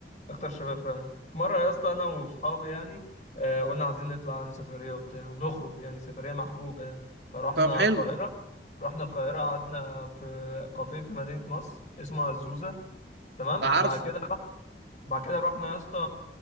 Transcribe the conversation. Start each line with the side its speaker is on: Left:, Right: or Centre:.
Left: اكتر شباب فعلا مره يا اسطى انا وصحابي يعني آه قلنا عايزين نطلع يعني سفريه وبتاع نخرج يعني سفريه مع خروجه يعني فرحنا
Right: طب حلو
Left: القاهره رحنا القاهره قعدنا في كافيه في مدينه نصر اسمه الزوزه تمام
Right: عارفه
Left: وبعد كده رح- بعد كده رحنا يا اسطى